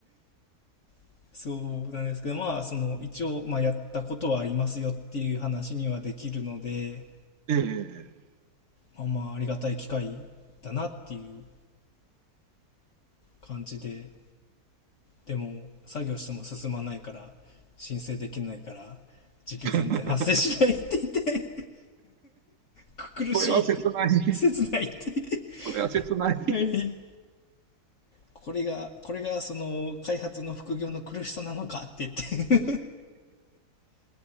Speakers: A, on the left; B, on the right.
A: <laughs> そうなんですけど、まあ、その、一応、まあ、やったことはありますよっていう話にはできるので、
B: ええ。
A: まあまあ、ありがたい機会だなっていう感じで、でも、作業しても進まないから、申請できないから、時給全然発生しないって言って、
B: <laughs>
A: 苦しいって、
B: それは切ない。<laughs>
A: 切ないって。
B: それは切ない。
A: <laughs> はい。これが、これがその開発の副業の苦しさなのかって言って